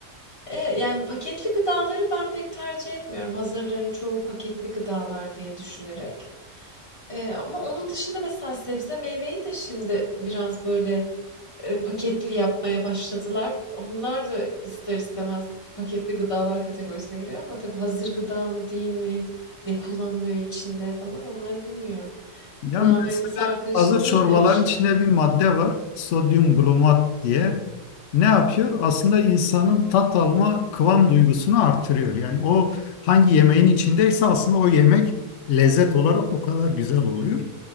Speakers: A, on the left (about 25°); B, on the left (about 70°).
A: E, yani paketli gıdaları ben pek tercih etmiyorum. Hazırların çoğu paketli gıdalar diye düşünerek. E, ama onun dışında mesela sebze meyveyi de şimdi biraz böyle e, paketli yapmaya başladılar. Onlar da ister istemez paketli gıdalar kategorisine giriyor ama tabii hazır gıda mı değil mi, ne kullanılıyor içinde falan onları bilmiyorum.
B: Ya
A: Gıda
B: mesela
A: mühendisi arkadaşın
B: hazır
A: iyi
B: çorbaların
A: demiş yani.
B: içinde bir madde var. Sodyum glomat diye. Ne yapıyor? Aslında insanın tat alma kıvam duygusunu artırıyor. Yani o hangi yemeğin içindeyse aslında o yemek lezzet olarak o kadar güzel oluyor.